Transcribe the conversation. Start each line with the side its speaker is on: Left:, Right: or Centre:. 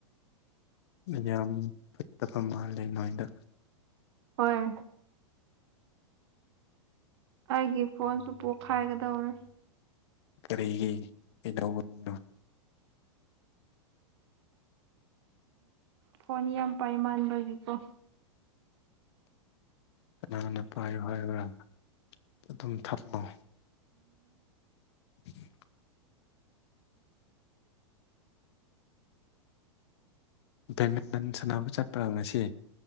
Left: ꯌꯥꯝ ꯐꯠꯇꯕ ꯃꯥꯜꯂꯦ ꯅꯣꯏꯗ
Right: ꯍꯣꯏ ꯑꯩꯒꯤ ꯐꯣꯟꯁꯨ ꯄꯣꯛꯈꯥꯏꯒꯗꯧꯔꯦ
Left: ꯀꯔꯤꯒꯤ ꯀꯩꯗꯧꯕꯒꯤꯅꯣ
Right: ꯐꯣꯟ ꯌꯥꯝ ꯄꯥꯏꯃꯥꯟꯕꯒꯤꯀꯣ
Left: ꯀꯅꯥꯅ ꯄꯥꯏꯌꯣ ꯍꯥꯏꯕ꯭ꯔꯥ ꯑꯗꯨꯝ ꯊꯝꯃꯣ <inaudible> ꯕꯦꯠꯃꯤꯟꯇꯟ ꯁꯥꯟꯅꯕ ꯆꯠꯄ꯭ꯔꯥ ꯉꯁꯤ